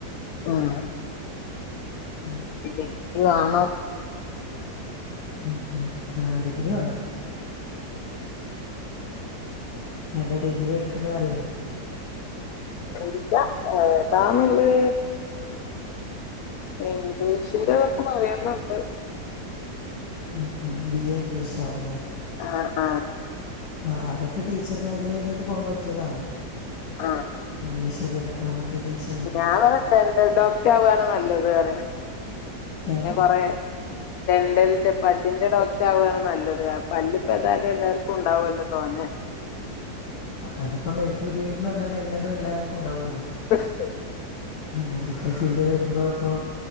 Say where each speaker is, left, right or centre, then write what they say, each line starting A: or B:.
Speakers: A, on the left; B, on the left.
A: ആഹ്
B: ഉം
A: ഡിഗ്രി വാണം
B: ഉം ഉം ആ ഡിഗ്രി വേണം ഏതാ ഡിഗ്രി എട്ക്ക്ന്നേ അറിയോ
A: അറീല ഏതാന്ന്ള്ളെ ഇംഗ്ലീഷിറ്റെതൊക്കെ പറയുന്നുണ്ട്
B: ഉം ഉം ബി എ ഇംഗ്ലീഷ് ആവും ല്ലേ
A: ആഹ് ആഹ്
B: ആഹ് അതൊക്കെ ടീച്ചർ മേഖലയിലേക്ക് പോകാൻ പറ്റിയതാണ്
A: ആഹ്
B: ഇംഗ്ലീഷൊക്കെ എട് ത്താമ്മക്ക് ടീച്ച
A: ഞാൻ പറയ ഡെന്റൽ ഡോക്ടർ ആവാണ് നല്ലത് പറിം പിന്നെ
B: ഏ
A: കൊറേ ഡെന്റലിന്റെ പല്ലിന്റെ ഡോക്ടർ ആവാണ് നല്ലത് പല്ല് ഇപ്പൊ ഏതായാലും എല്ലാർ ക്കും ഉണ്ടാവല്ലോ തോനെ
B: അതിപ്പോ മെഡിക്കൽ ഫീൽഡിൽ വന്നാലൽ എല്ലാതും എല്ലാവർക്കും ഉണ്ടാവുല്ലോ
A: പഷ
B: ആ മെഡിക്കൽ ഫീൽഡ് വരുമ്പോ ഇപ്പൊ